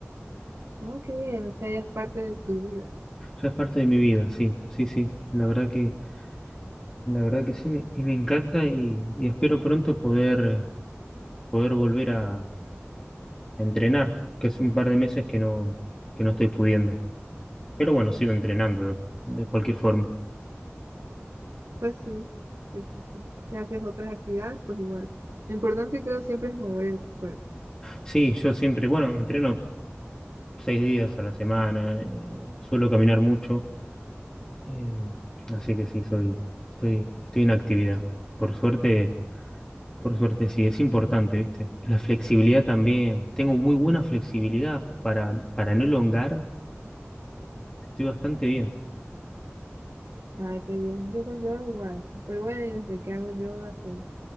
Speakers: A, on the right (about 75°); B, on the left (about 15°).
A: Ah, qué bien, o sea, ya es parte de tu vida.
B: Ya es parte de mi vida, sí, sí, sí. La verdad que, la verdad que sí, me- y me encanta y, y espero pronto poder, poder volver a a entrenar, que es un par de meses que no, que no estoy pudiendo. Pero bueno, sigo entrenando de, de cualquier forma.
A: Pues sí, sí, sí, sí. Si haces otras actividades, pues igual. Lo importante creo siempre es mover el cuerpo.
B: Sí, yo siempre, bueno, entreno seis días a la semana, eh, suelo caminar mucho, eh, así que sí, soy, estoy, estoy en actividad. Por suerte, por suerte sí, es importante, ¿viste? La flexibilidad también. Tengo muy buena flexibilidad para, para no elongar, estoy bastante bien.
A: Ay, qué bien. Yo con yoga igual, súper buena y desde que hago yoga, pues,